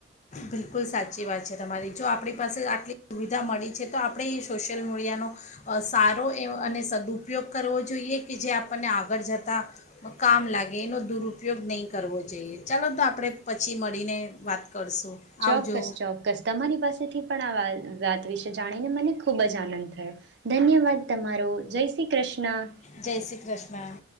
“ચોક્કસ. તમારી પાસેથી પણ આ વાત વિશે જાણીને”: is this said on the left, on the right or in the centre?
Right